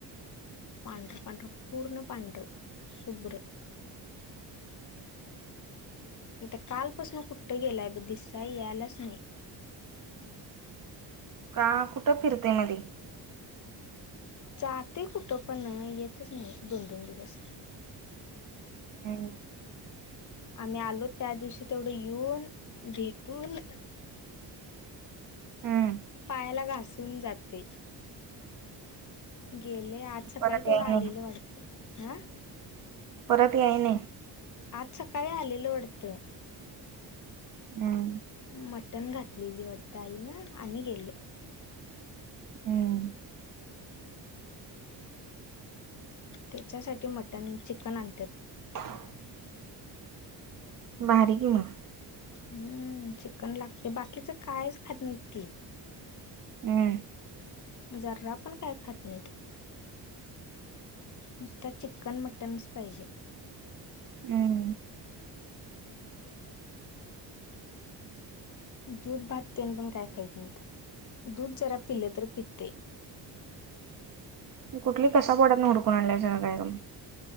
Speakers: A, on the left; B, on the right.
A: पांढरे पांढरे पूर्ण पांढरे शुभ्र. त कालपसनं कुठं गेलाय ब दिसा यायलाच नाही.
B: का कुठं फिरतेय मध्ये?
A: जाते कुठं पण येतच नाही दोन-दोन दिवस.
B: मग नाय
A: आम्ही आलो त्या दिवशी तेवढं येऊन भेटून
B: हम्म
A: पायाला घासून जाते. गेले आज सकाळी
B: परत
A: तेवढं
B: याय
A: आलेलं
B: नाही
A: वाटतं हा.
B: परत याई नाही.
A: आज सकाळी आलेलो वढतं?
B: हम्म.
A: मटण घातलेली वाढतं आई ना आणि गेले.
B: हम्म.
A: त्याच्यासाठी मटण चिकन आणत्यात.
B: <inaudible> भारी कि मग.
A: हम्म चिकन लागतं बाकीचं कायच खात नाही ती.
B: हम्म
A: जर्रा पण काय खात नाहीत. नुसतं चिकन मटनच पाहिजे.
B: हम्म.
A: दूध भाततेन पण काय खायत नाहीत दूध जरा पिले तर पिते.
B: मी कुठली कसा पोडयातनं उकुडून आणल्याय. <unintelligible>